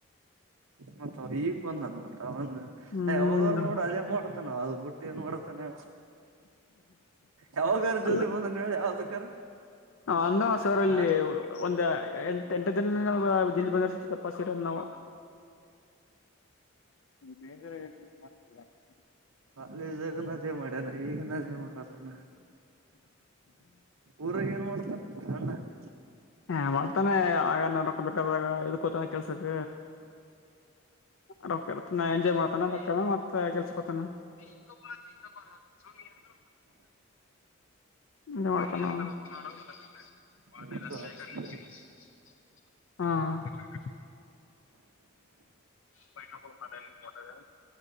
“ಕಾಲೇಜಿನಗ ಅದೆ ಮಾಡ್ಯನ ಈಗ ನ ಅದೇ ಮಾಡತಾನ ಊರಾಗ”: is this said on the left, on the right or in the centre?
Right